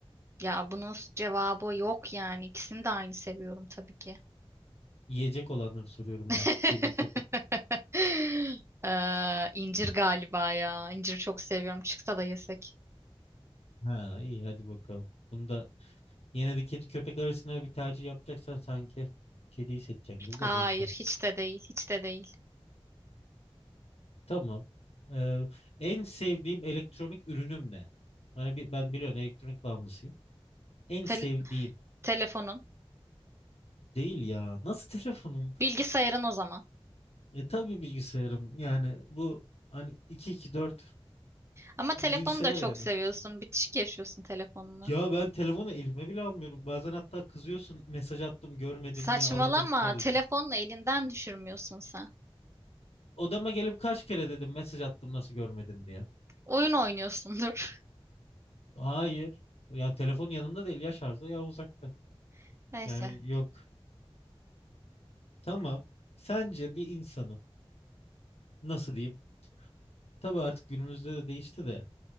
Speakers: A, on the right; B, on the left.
A: Ya bunun cevabı yok yani. İkisini de aynı seviyorum tabii ki.
B: Yiyecek olanları soruyorum
A: <laughs>
B: ben. Kediyi köpek.
A: Ee, incir galiba ya. İncir çok seviyorum. Çıksa da yesek.
B: Ha iyi hadi bakalım. Bunda yine de kedi köpek arasında bir tercih yapacaksan sanki kediyi seçeceksin gibi
A: Hayır,
B: de neyse.
A: hiç de değil, hiç de değil.
B: Tamam. Ee, en sevdiğim elektronik ürünüm ne? Hani bi- ben biliyorum elektronik bağımlısıyım. En
A: Te-
B: sevdiğim
A: telefonun.
B: değil ya. Nasıl telefonum?
A: Bilgisayarın o zaman.
B: E tabii bilgisayarım. Yani bu hani 2-2-4
A: Ama
B: bilgisayar
A: telefonu da çok
B: yani.
A: seviyorsun. Bitişik yaşıyorsun telefonla.
B: Ya ben telefonu elime bile almıyorum. Bazen hatta kızıyorsun mesaj attım görmedin
A: Saçmalama.
B: mi aradım neredesin?
A: Telefonla elinden düşürmüyorsun sen.
B: Odama gelip kaç kere dedim mesaj attım nasıl görmedin diye.
A: Oyun oynuyorsundur.
B: Hayır. Ya telefon yanımda değil ya şarjda ya uzakta.
A: <laughs> Neyse.
B: Yani yok. Tamam. Sence bir insanın nasıl diyeyim? Tabii artık günümüzde de değişti de.